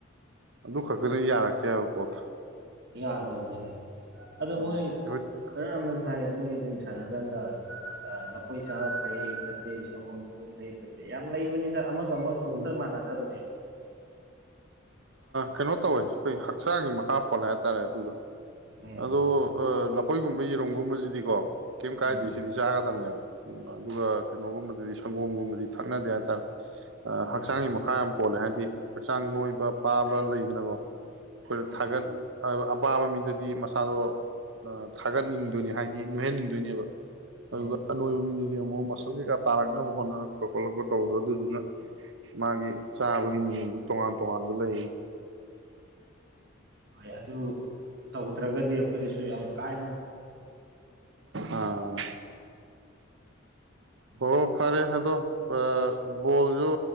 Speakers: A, on the right; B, on the right.
A: ꯑꯗꯨ ꯈꯛꯇꯅ ꯌꯥꯔꯛꯇꯦꯕ ꯄꯣꯠ
B: ꯌꯥꯒꯗꯕꯅꯤꯗ ꯑꯗꯣ
A: ꯎꯝ
B: ꯃꯣꯏ
A: ꯑꯩꯈꯣꯏ
B: ꯈꯔ ꯑꯃꯅꯁꯨ ꯍꯥꯏ ꯃꯣꯏ ꯖꯤꯝ ꯁꯥꯟꯅꯔ ꯀꯥꯟꯗ ꯂꯈꯣꯏ ꯆꯥꯕ ꯐꯩ ꯐꯠꯇꯦ ꯁꯪꯒꯣꯝ ꯁꯪꯒꯣꯝ ꯐꯩ ꯐꯠꯇꯦ ꯌꯥꯝ ꯂꯩꯕꯅꯤ ꯑꯃꯒ ꯑꯃꯁꯒꯨ
A: ꯎꯝ
B: ꯑꯝꯇ ꯃꯥꯟꯅꯗꯕꯅꯦ
A: ꯀꯩꯅꯣ ꯇꯧꯋꯦ ꯑꯩꯈꯣꯏ ꯍꯛꯆꯥꯡꯒꯤ ꯃꯈꯥ ꯄꯣꯟ ꯍꯥꯏꯇꯥꯔꯦ ꯑꯗꯨꯗꯣ
B: ꯎꯝ
A: ꯑꯗ ꯑ ꯂ ꯑꯩꯈꯣꯏꯒꯨꯝꯕ ꯌꯦꯔꯨꯝꯒꯨꯝꯕꯁꯤꯗꯤꯀꯣ ꯀꯩꯝ ꯀꯥꯏꯗꯦ
B: ꯎꯝ
A: ꯁꯤꯗꯤ ꯆꯥꯒꯗꯕꯅꯦꯕ ꯎꯝ ꯑꯗꯨꯒ ꯀꯩꯅꯣꯒꯨꯝꯕꯗꯗꯤ ꯁꯪꯒꯣꯝꯒꯨꯝꯕꯗꯤ ꯊꯛꯅꯗꯦ ꯍꯥꯏꯇꯥꯔꯦ ꯍꯛꯆꯥꯡꯒꯤ
B: ꯎꯝ
A: ꯃꯈꯥ ꯑꯃ ꯍꯣꯜꯂꯦ ꯍꯥꯏꯗꯤ ꯍꯛꯆꯥꯡ ꯅꯣꯏꯕ ꯄꯥꯕ ꯂꯩꯗꯅꯀꯣ ꯑꯩꯈꯣꯏꯅ
B: ꯎꯝ
A: ꯊꯥꯒꯠ ꯑꯄꯥꯕ ꯃꯤꯗꯗꯤ ꯃꯁꯥꯗꯣ ꯊꯥꯒꯠꯅꯤꯡꯗꯣꯏꯅꯦ ꯍꯥꯏꯗꯤ ꯅꯣꯏꯍꯟꯅꯤꯡꯗꯣꯏꯅꯦꯕ ꯑꯗꯨꯒ
B: ꯎꯝ
A: ꯅꯣꯡꯃꯤ ꯃꯤ ꯑꯃꯨꯛ ꯃꯁꯛ ꯀꯩꯥ ꯇꯥꯔꯛꯅꯕ ꯍꯣꯠꯅꯔꯛꯄ ꯈꯣꯠꯂꯛꯄ ꯇꯧꯗ ꯑꯗꯨꯗꯨꯅ ꯃꯥꯒꯤ ꯆꯥꯕꯒꯤ ꯅꯤꯌꯣꯝꯁꯨ ꯇꯣꯉꯥꯟ ꯇꯣꯉꯥꯟꯕ ꯂꯩ
B: ꯍꯣꯏ ꯑꯗꯨ ꯇꯧꯗ꯭ꯔꯒꯗꯤ ꯑꯩꯈꯣꯏꯗꯁꯨ ꯌꯥꯝ ꯀꯥꯏ
A: ꯑꯥ ꯑꯣ ꯐꯔꯦ ꯑꯗꯣ ꯕꯣꯜꯁꯨ